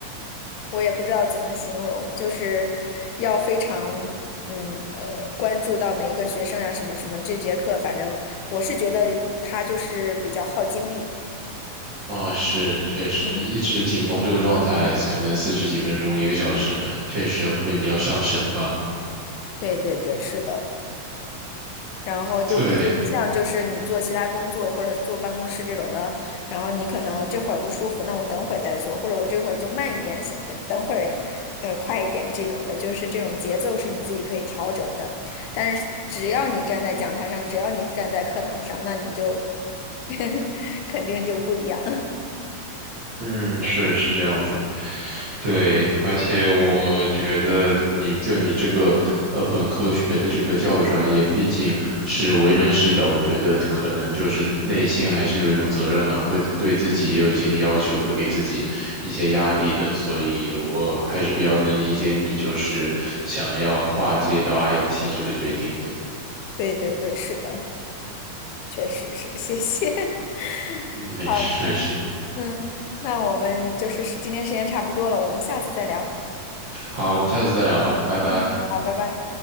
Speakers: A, on the left; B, on the right.
A: 我也不知道怎么形容，就是要非常嗯呃关注到每一个学生呀、什么什么。这节课反正我是觉得他就是比较耗精力。
B: 啊、是，确实，
A: 嗯，
B: 一直紧绷这个状态，可能四十几分钟、一个小时，确实会比较伤神吧。
A: 对对对，是的。然后就不就不像就是你做其他工作或者坐办公室这种的，
B: 对，
A: 然后你可能这会儿不舒服，那我等会儿再做，或者我这会儿就慢一点，想等会儿呃快一点这种的，就是这种节奏是你自己可以调整的。但是只要你站在讲台上，只要你站在课堂上，那你就 <laughs> 肯定就不一样。
B: 嗯，是是这样子，对，而且我觉得你就你这个呃本科学的这个教育专业，毕竟是为人师表，我觉得可能就是内心还是有一种责任感，会对自己也有一些要求，会给自己一些压力的，所以我还是比较能理解你就是想要跨界到 IT 这个决定的。
A: <laughs> 对对对，是的，确实是，谢谢。<laughs>
B: 嗯，没事没事，
A: 好的，嗯，那我们就是今天时间差不多了，我们下次再聊。
B: 好，我们下次再聊吧，拜拜。
A: 嗯，好，拜拜。